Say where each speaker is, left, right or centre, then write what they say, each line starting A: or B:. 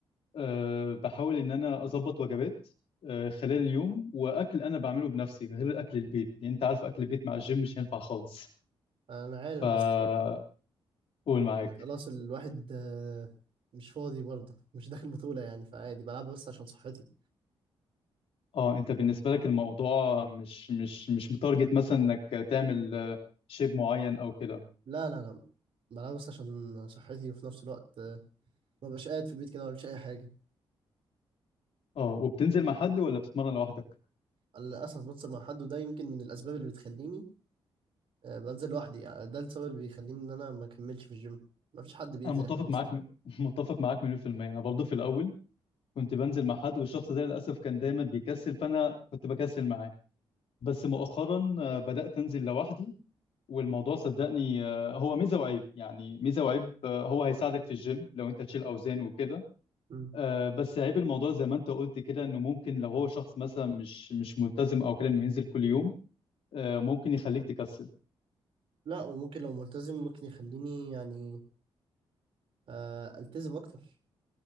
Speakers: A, on the left; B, on the right.
A: أه، بحاول ان انا اظبط وجبات أه، خلال اليوم واكل انا بعمله بنفسي غير اكل البيت لان انت عارف اكل البيت مع الجيم مش هينفع خالص
B: انا عارف
A: فقول
B: بس آه،
A: معاك
B: يعني خلاص الواحد آه، مش فاضي برضه مش داخل بطوله يعني فعادي بلعب بس عشان صحتي
A: اه انت بالنسبه لك الموضوع مش مش مش متارجت مثلا انك تعمل أه، شيب معين او كده
B: لا لا لا بلعب بس عشان صحتي وفي نفس الوقت آه، ما ببقاش قاعد في البيت كده ما بعملش اي حاجه
A: اه وبتنزل مع حد ولا بتتمرن لوحدك
B: للاسف بنزل مع حد وده يمكن من الاسباب اللي بتخليني آه، بنزل لوحدي يعني ده السبب اللي بيخليني ان انا ما اكملش في الجيم ما فيش حد بينزل
A: انا متفق
B: يحمسني
A: معاك م... <laughs> متفق معاك مليون في المية انا برضه في الاول كنت بنزل مع حد والشخص ده للأسف كان دايما بيكسل فأنا كنت بكسل معاه بس مؤخرا آه، بدأت أنزل لوحدي والموضوع صدقني آه، هو ميزة وعيب يعني ميزة وعيب آه، هو هيساعدك في الجيم لو أنت تشيل أوزان وكده
B: مم.
A: آه، بس عيب الموضوع زي ما أنت قلت كده إنه ممكن لو هو شخص مثلا مش مش ملتزم أو كده إنه ينزل كل يوم آه، ممكن يخليك تكسل
B: لا وممكن لو ملتزم ممكن يخليني يعني آه، التزم اكتر